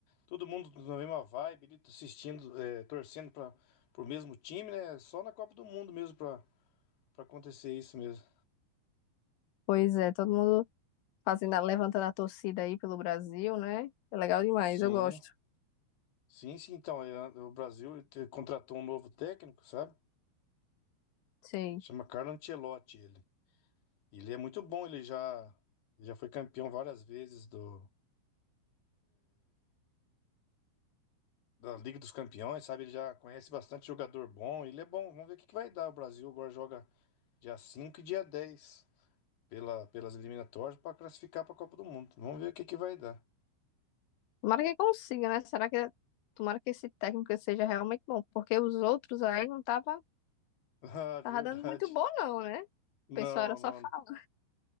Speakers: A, on the left (about 60°); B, on the left (about 85°).
A: todo mundo na mesma vibe, ali, assistindo, é, torcendo para pro mesmo time, né? Só na Copa do Mundo mesmo para para acontecer isso mesmo.
B: Pois é, todo mundo fazendo, a- levantando a torcida aí pelo Brasil, né? É legal demais,
A: Sim,
B: eu gosto.
A: sim, sim. Então, é, o Brasil te- contratou um novo técnico, sabe?
B: Sim.
A: Chama Carlo Ancelotti. ele. Ele é muito bom, ele já, já foi campeão várias vezes do, da Liga dos Campeões, sabe? Ele já conhece bastante jogador bom, ele é bom. Vamos ver o que que vai dar. O Brasil agora joga dia 5 e dia 10 pela, pelas eliminatórias para classificar para a Copa do Mundo. Vamos ver o que que vai dar. <laughs>
B: Tomara que consiga, né? Será que tomara que esse técnico seja realmente bom, porque os outros aí não tava,
A: Ah, verdade.
B: tava dando muito bom não, né? O
A: Não,
B: pessoal era só
A: não,
B: falando,